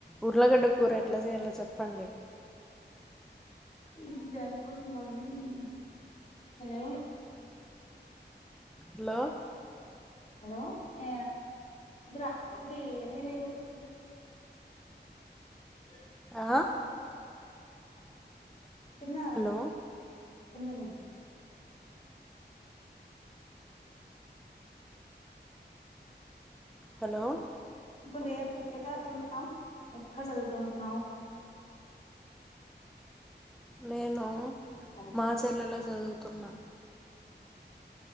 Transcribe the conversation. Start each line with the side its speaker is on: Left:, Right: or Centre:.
Centre: ఉర్లగడ్డ కూర ఎట్లా చేయాలో చెప్పండి
Left: హ్మ్ హు దానికోసం మమ్మి <unintelligible>
Centre: హలో
Left: హలో ఇగ గ్రా ఇది నేను ఇంక్ ఏ
Centre: ఆ
Left: తిన్నార్
Centre: హలో
Left: <unintelligible>
Centre: హలో
Left: ఇప్పుడు ఏం ఎక్కడ ఉన్నావు ఎక్కడ చదువుతున్నావు
Centre: నేను
Left: అని
Centre: మా చెల్లలో చదువుతున్నా